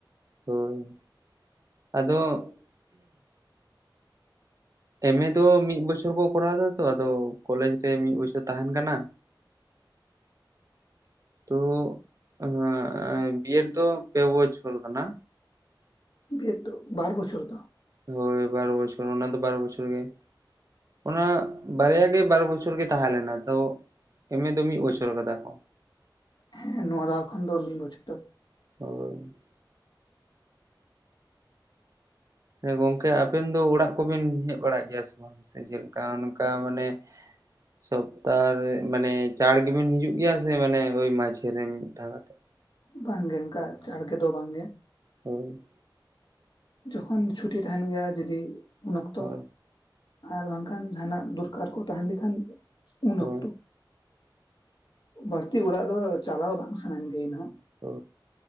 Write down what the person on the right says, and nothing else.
ᱦᱳᱭ ᱟᱫᱚ ᱮᱢ ᱮ ᱫᱚ ᱢᱤᱫ ᱵᱚᱪᱷᱚᱨ ᱠᱚ ᱠᱚᱨᱟᱣ ᱮᱫᱟ ᱛᱚ ᱟᱫᱚ ᱠᱚᱞᱮᱡᱽ ᱨᱮ ᱢᱤᱫ ᱵᱚᱪᱷᱚᱨ ᱛᱟᱦᱮᱸᱱ ᱠᱟᱱᱟ
ᱛᱚ ᱦᱮᱸ ᱵᱤᱮᱰ ᱫᱚ ᱯᱮ ᱵᱚᱪᱷᱚᱨ ᱠᱟᱱᱟ
ᱦᱳᱭ ᱵᱟᱨᱚ ᱵᱚᱪᱷᱚᱨ ᱚᱱᱟ ᱫᱚ ᱵᱟᱨᱚ ᱵᱚᱪᱷᱚᱨ ᱜᱮ ᱚᱱᱟ ᱵᱟᱨᱭᱟᱜ ᱜᱮ ᱵᱟᱨ ᱵᱚᱪᱷᱚᱨ ᱜᱮ ᱛᱟᱦᱮᱸ ᱞᱮᱱᱟ ᱛᱚ ᱮᱢᱮ ᱫᱚ ᱢᱤᱫ ᱵᱚᱪᱷᱚᱨ ᱟᱠᱟᱫᱟ ᱠᱚ
<unintelligible> ᱦᱮᱸ ᱜᱚᱝᱠᱮ ᱟᱵᱮᱱ ᱫᱚ ᱚᱲᱟᱜ ᱠᱚᱵᱤᱱ ᱦᱮᱡ ᱵᱟᱲᱟᱜ ᱜᱮᱭᱟ ᱥᱮ ᱪᱮᱫ ᱠᱟ ᱚᱱᱠᱟ ᱢᱟᱱᱮ ᱥᱚᱯᱛᱟ ᱨᱮ ᱢᱟᱱᱮ ᱪᱟᱲ ᱜᱮᱵᱮᱱ ᱦᱤᱡᱩᱜ ᱜᱮᱭᱟ ᱥᱮ ᱢᱟᱱᱮ ᱳᱭ ᱢᱟᱡᱷᱮ ᱨᱮ ᱢᱤᱫ ᱫᱷᱟᱣ ᱠᱟᱛᱮᱜ
ᱦᱳᱭ
ᱦᱳᱭ
ᱦᱳᱭ
ᱳ